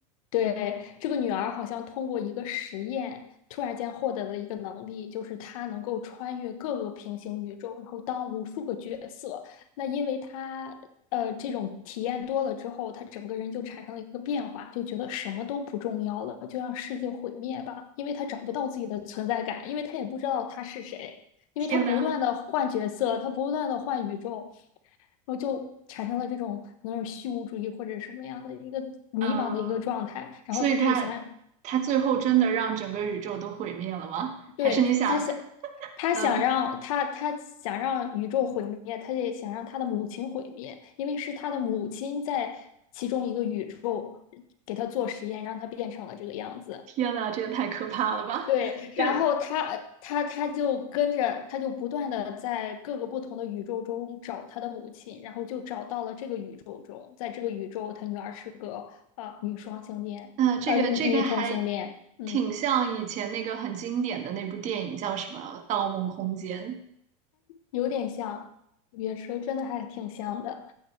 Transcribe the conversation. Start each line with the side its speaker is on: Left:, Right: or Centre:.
Left: 对，这个女儿好像通过一个实验，突然间获得了一个能力，就是她能够穿越各个平行宇宙，然后当无数个角色。那因为她呃这种体验多了之后，她整个人就产生了一个变化，就觉得什么都不重要了，就让世界毁灭吧，因为她找不到自己的存在感，因为她也不知道她是谁，因为她不断的换角色，
Right: 天呐，
Left: 她不断的换宇宙。然后就产生了这种可能是虚无主义或者什么样的一个迷茫的一个状态，
Right: 嗯，
Left: 然后他就想，
Right: 所以他他最后真的让整个宇宙都毁灭了吗？
Left: 对，
Right: 还是你想，
Left: 他想，他想让他他想让宇宙毁灭，
Right: 嗯、
Left: 他也想让他的母亲毁灭，因为是他的母亲在其中一个宇宙给他做实验，让他变成了这个样子。
Right: 天呐，这也太可怕了吧！
Left: 对，
Right: 就
Left: 然后他他他就跟着，他就不断的在各个不同的宇宙中找他的母亲，然后就找到了这个宇宙中，在这个宇宙，他女儿是个呃女双性恋，
Right: 啊，这个这个还
Left: 呃女女同性恋，嗯，
Right: 挺像以前那个很经典的那部电影，叫什么《盗梦空间》。
Left: 有点像也是真的还挺像的。